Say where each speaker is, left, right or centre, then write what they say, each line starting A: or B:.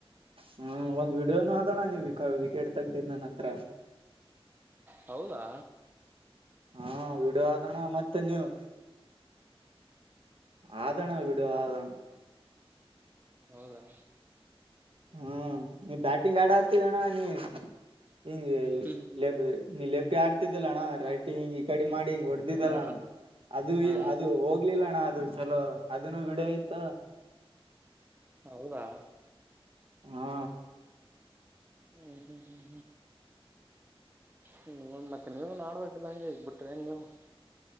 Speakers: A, on the right (about 60°); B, on the right (about 20°).
A: ಹ್ಮ ಒಂದ್ ವಿಡಿಯೋನು ಆದಣ್ಣ ನೀವ್- ವಿಕೆಟ್ ತೆಗೆದಿದ್ದು ನನ್ ಹತ್ರ.
B: ಹೌದಾ.
A: ಹಾ ವೀಡಿಯೊ ಆದ ಮತ್ತೆ ನೀವು. ಆದ ಅಣ್ಣ ವೀಡಿಯೊ ಆದ.
B: ಹೌದಾ
A: ಹ್ಮ್ ನೀ ಬ್ಯಾಟಿಂಗ್ ಆಡ ಹೊತ್ತಿಗಣ ನೀ ಹಿಂಗೆ
B: ಹ್ಮ್
A: ಲೇಪಿ ನೀ ಲೇಪಿ ಆಡ್ತಿದ್ ಈಲ್ಲಣ ರೈಟಿಂಗ್ ಈ ಕಡಿ ಮಾಡಿ. ಇಂಗ್ ಹೊಡೆಡ್ದಿದಲ್ಲಣ
B: ಹಾ
A: ಅದು
B: ಹಾ
A: ಅದು ಹೋಗ್ಲಿಲ್ಲಣ್ಣ ಅ ಅದು ಚಲೋ ಅದನ್ನು ವೀಡಿಯೊ ಇತ್ತ.
B: <inaudible> ಹೌದಾ
A: ಹಾ.
B: ಹ್ಮ್ ಹ್ಮ್ ಹ್ಮ್ ಹ್ಮ್ ಹ್ಮ ಮತ್ತೆ ನೀವ ಮಾಡ್ಬೇಕಲ್ಲ ಹಂಗೆ ಇದ್ದ್ ಬಿಟ್ರೆನ್ ನೀವು?